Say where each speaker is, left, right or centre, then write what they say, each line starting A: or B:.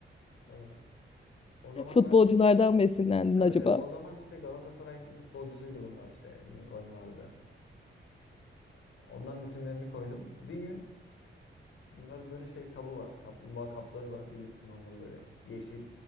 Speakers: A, on the left; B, on the left.
A: E, o zaman
B: futbolculardan
A: ben
B: mı esinlendin
A: Evet
B: acaba?
A: evet o zaman işte Galatasaray'ın futbolcusuydu bunlar işte Lincoln vardı. Onların isimlerini koydum. Bir gün bunların böyle şey kabı var. Kaplumbağa kapları var. Bilirsin onları böyle yeşil